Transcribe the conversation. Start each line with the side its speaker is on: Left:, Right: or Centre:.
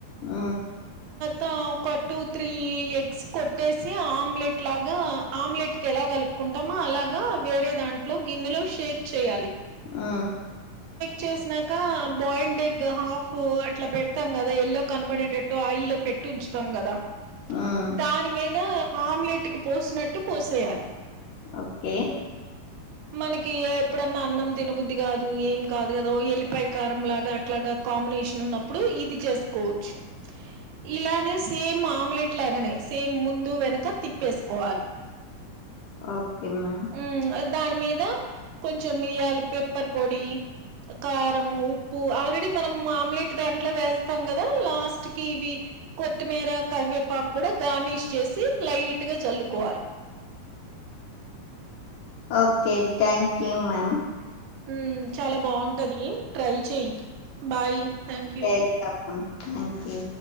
Left: మ్
Right: తో ఒక టూ త్రీ ఎగ్స్ కొట్టేసి ఆమ్లెట్ లాగా ఆమ్లెట్ కి ఎలా కలుపుకుంటామో అలాగా వేరే దాంట్లో గిన్నెలో షేక్ చేయ్యాలి
Left: మ్
Right: చేసినాక బాయిల్డ్ ఎగ్ హాఫ్ అట్లా పెడతాం కదా ఎల్లో కనబడేటట్టు ఆయిల్ పె ట్టి ఉంచుతాం గదా
Left: మ్మ్
Right: దాని మీద ఆమ్లెట్ కు పోసినట్టు పోసేయాలి
Left: ఓకే
Right: మనకి ఎప్పుడన్నా అన్నం తినబుద్ధి కాదు ఏం కాదు కద ఎల్లిపాయ కారం లాగా అట్లాగా కామినే షన్ ఉన్నప్పుడు ఇది చేసుకోవచ్చు ఇలానే సేమ్ ఆమ్లెట్ లాగానే సేమ్ ముందు వెనక తిప్పేసుకోవాలి
Left: ఓకే మ్యామ్
Right: ఉమ్, దాని మీద కొంచెం మిరియాల్ పెప్పర్ పొడి కారంము ఉప్పు ఆల్రెడీ మనం ఆమ్లెట్ దాంట్లో వేస్తాం కదా లాస్ట్ కి ఇవి కొత్తిమీర కవేపాకు కూడా గార్నిష్ చేసి లైట్ గా జల్లుకోవాలి
Left: ఓకే థ్యాంక్ యూ మ్యామ్
Right: మ్మ్ చాలా బాగుంటది ట్రై చెయ్య్ బాయ్ థ్యాంక్ యూ
Left: చేస్తాం మ్యామ్ థ్యాంక్ యూ